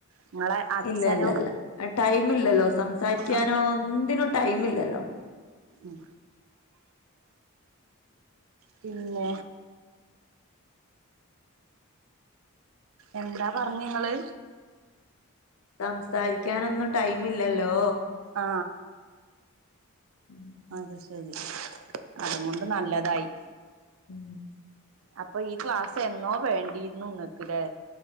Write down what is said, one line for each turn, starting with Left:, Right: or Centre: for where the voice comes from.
Right: നിങ്ങളെ അച്ഛനോ
Left: ഇല്ല ഇല്ല ഇല്ല ടൈമം ഇല്ലല്ലോ സംസാരിക്കാനോ
Right: ആ
Left: എന്തിനും ടൈമില്ലല്ലോ
Right: ഉം പിന്നെ എന്താ പറഞ്ഞ നിങ്ങള്
Left: സംസാരി ക്കാനൊന്നും ടൈമില്ലാല്ലോ
Right: ആ
Left: ഉം
Right: അത് ശെരി അത് കൊണ്ട് നല്ലതായി
Left: ഉം
Right: അപ്പം ഈ ക്ലാസ് എന്നോ വേണ്ടിയിരുന്നു നിങ്ങക്ക്ല്ലേ